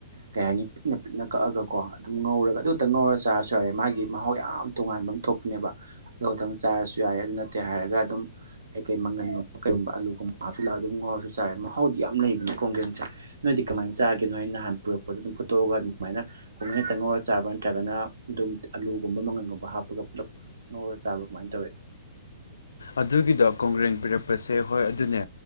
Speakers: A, on the right (about 70°); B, on the left (about 75°).
A: ꯀꯩ ꯍꯥꯏꯅꯤ ꯄꯤꯛꯅ ꯄꯤꯛꯅ ꯀꯛꯑꯒꯀꯣ ꯑꯗꯨꯇꯪ ꯉꯧꯔꯒ ꯑꯗꯨꯇ ꯉꯧꯔ ꯆꯥꯔꯁꯨ ꯌꯥꯔꯦ ꯃꯥꯒꯤ ꯃꯍꯥꯎ ꯌꯥꯝ ꯇꯣꯉꯥꯟꯕ ꯑꯃ ꯊꯣꯛꯄꯅꯦꯕ ꯑꯗꯨ ꯈꯛꯇꯪ ꯆꯥꯔꯁꯨ ꯌꯥꯔꯦ ꯑꯗꯨ ꯅꯠꯇꯦ ꯍꯥꯏꯔꯒ ꯑꯗꯨꯝ ꯀꯩꯀꯩ ꯃꯪꯒꯟꯒꯨꯝꯕ ꯀꯩꯒꯨꯝꯕ ꯑꯂꯒꯨꯝꯕ ꯍꯥꯞꯆꯜꯂ ꯑꯗꯨ ꯉꯥꯎꯔꯁꯨ ꯆꯥꯔꯦ ꯃꯍꯥꯎꯗꯤ ꯌꯥꯝ ꯂꯩꯕꯅꯤ ꯀꯣꯡꯒ꯭ꯔꯦꯡꯁꯦ ꯅꯣꯏꯗꯤ ꯀꯃꯥꯏꯅ ꯆꯥꯒꯦ ꯅꯣꯏ ꯅꯍꯥꯟ ꯄꯨꯔꯛꯄꯗ ꯑꯗꯨꯝ ꯐꯨꯠꯇꯣꯛꯑꯒ ꯑꯗꯨꯃꯥꯏꯅ ꯈꯨꯡꯒ꯭ꯔꯦꯡ ꯇꯪꯉꯧꯔꯒ ꯆꯥꯕ꯭ꯔ ꯅꯠꯇ꯭ꯔꯒꯅ ꯑꯗꯨꯝ ꯑꯂꯨꯒꯨꯝꯕ ꯃꯪꯒꯟꯒꯨꯝꯕ ꯍꯥꯞꯄꯒ ꯄꯨꯂꯞ ꯉꯧꯔꯒ ꯆꯥꯕ꯭ꯔꯥ ꯀꯃꯥꯏꯅ ꯇꯧꯋꯤ
B: ꯑꯗꯨꯒꯤꯗꯣ ꯀꯣꯡꯒ꯭ꯔꯦꯡ ꯄꯤꯔꯛꯄꯁꯦ ꯍꯣꯏ ꯑꯗꯨꯅꯦ